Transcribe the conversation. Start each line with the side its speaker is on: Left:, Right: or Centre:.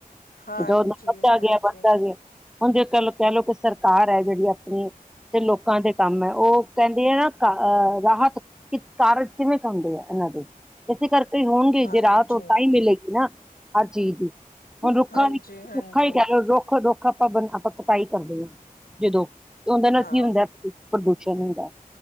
Left: ਹਾਂਜੀ
Centre: ਜੋਦ <unintelligible> ਗਿਆ
Left: ਹਾਂਜੀ
Centre: ਬਣਦਾ ਗਿਆ, ਹੁਣ ਜੇ ਕਹਿ ਲੋ ਕਹਿ ਲਓ ਕਿ ਸਰਕਾਰ ਹੈ ਜਿਹੜੀ ਆਪਣੀ ਤੇ ਲੋਕਾਂ ਦੇ ਕੰਮ ਏ ਉਹ ਕਹਿੰਦੀ ਹੈ ਨਾ ਅਹ ਰਾਹਤ ਕਿ ਕਾਰਜ ਕਿਵੇਂ ਖਾਂਦੇ ਆ ਇਹਨਾਂ ਦੇ। ਇਸੇ ਕਰਕੇ ਹੋਣਗੇ
Left: ਹਾਂਜੀ
Centre: ਜੇ ਰਾਹ ਤੋਂ ਤਾਂ ਈ ਮਿਲੇਗੀ ਨਾ ਹਰ ਚੀਜ਼ ਦੀ। ਹੁਣ ਰੁੱਖਾਂ
Left: ਹਾਂਜੀ ਹਾਂਜੀ
Centre: ਦੀ ਰੁੱਖਾ ਹੀ ਕਹਿ ਲਓ ਰੁੱਖ ਦੁੱਖ ਆਪਾਂ ਬ ਆਪਾਂ ਕਟਾਈ ਕਰਦੇ ਹਾਂ, ਜਦੋਂ ਤੇ ਉਹਦੇ ਨਾਲ
Left: ਹਾਂ
Centre: ਕੀ ਹੁੰਦਾ ਪ੍ਰਦੂਸ਼ਣ ਹੁੰਦਾ।